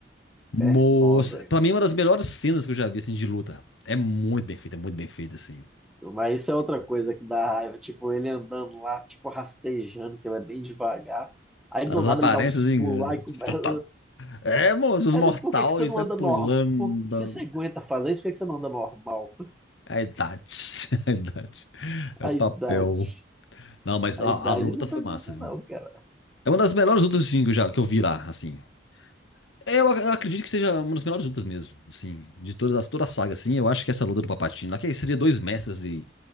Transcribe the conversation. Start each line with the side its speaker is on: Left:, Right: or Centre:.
Left: Moça,
Centre: É foda.
Left: pra mim, é uma das melhores cenas que eu já vi, assim, de luta. É muito bem feita, é muito bem feita, assim.
Centre: Mas isso é outra coisa que dá raiva. Tipo, ele andando lá, tipo, rastejando, que ele é bem devagar. Aí
Left: As
Centre: do nada
Left: aparências
Centre: ele dá uns pulos
Left: enganam.
Centre: lá e começa.
Left: Tu tá- É, moço, os
Centre: Aí
Left: mortais
Centre: ele, por que que você não
Left: sai
Centre: anda
Left: pulando.
Centre: normal? Se
Left: da-
Centre: você aguenta fazer isso, por que que você não anda normal?
Left: É a idade, <laughs> é a idade. É
Centre: A
Left: o papel.
Centre: idade.
Left: Não, mas
Centre: A
Left: ó,
Centre: idade
Left: a luta
Centre: não
Left: foi
Centre: faz
Left: massa,
Centre: isso,
Left: viu?
Centre: não, cara.
Left: É uma das melhores lutas, assim, que eu já, que eu vi lá, assim. É, Eu ac- eu acredito que seja uma das melhores lutas mesmo, assim, de todas as, toda a saga, assim, eu acho que essa luta do Palpatine lá, que seria dois mestres e